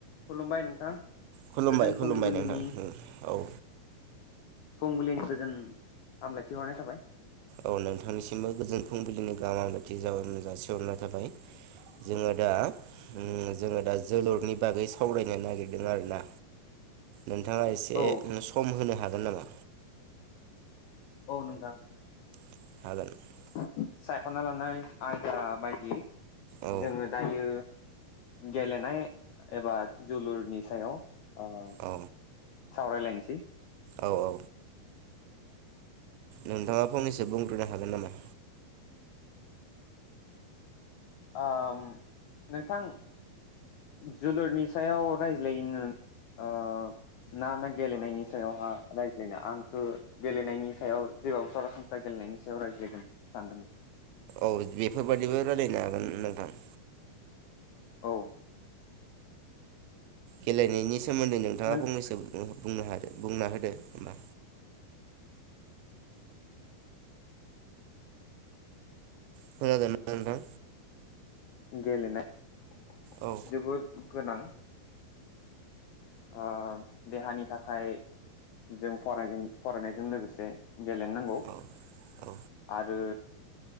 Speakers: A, on the left; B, on the right.
A: खुलुमबाय नोंथां
B: खुलुमबाय
A: गोजोन
B: खुलुमबाय
A: फुंबिलिनि
B: नोंथां ओम औ
A: फुंबिलिनि गोजोन हामलायथिहरनाय थाबाय
B: औ नोंथांनिसिमबो गोजोन फुंबिलिनि गाहाम हामलायथि जा जासिहरनाय थाबाय। जोङो दा ओम जोङो दा जोलुरनि बागै सावरायनो नागिरदों आरो ना नोंथाङा एसे
A: औ
B: ओ सम होनो हागोन नामा?
A: औ नोंथां
B: <unintelligible>
A: सायखना लानाय आयदा बायदि
B: औ
A: जोङो दायो गेलेनाय एबा जोलुरनि सायाव ओह
B: औ
A: सावरायलायनोसै
B: औ - औ नोंथाङा फंनैसो बुंग्रोनो हागोन नामा?
A: ओम नोंथां जोलुरनि सायाव रायज्लायनो ओह ना ना गेलेनायनि सायावहा रायज्लायनो आंथ गेलेनायनि सायाव जेबाबो सरासनस्रा गेलेनायनि सायाव रायज्लायगोन सानदोंमोन
B: औ बेफोरबादिबो रायलायनो हागोन नोंथां
A: औ
B: गेलेनायनि सोमोन्दै नोंथाङा
A: नों
B: फंनैसो बुंनो बुंना होदो होमबा खानादोंना नोंथां
A: गेलेनाय
B: औ
A: जोबोर गोनां ओ देहानि थाखाय जों फराय फरायनायजों लोगोसे गेलेनो नांगौ
B: औ औ
A: आरो